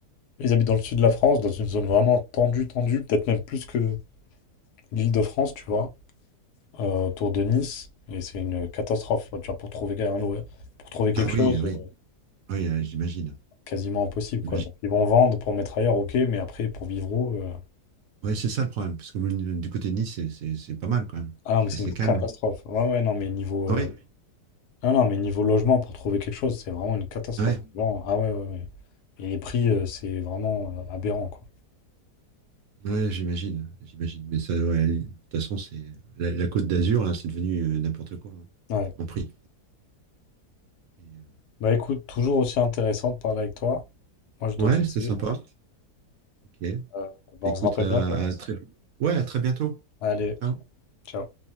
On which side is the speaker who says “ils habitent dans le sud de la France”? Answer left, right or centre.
Left